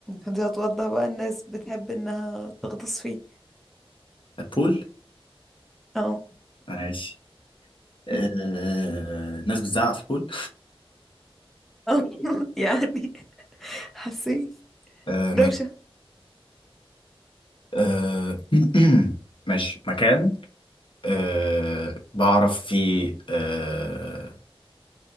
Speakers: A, in the centre; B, on the left (about 55°).
A: دي هتوضح بقى الناس بتحب انها تغطس فيه
B: آه، بول
A: اه
B: ماشي آه
A: <laughs>
B: ناس بتزعق في البول
A: اه يعني حسيت
B: آه
A: دوشة
B: ماشي آه، <clears throat> ماشي مكان آه، بعرف فيه آه،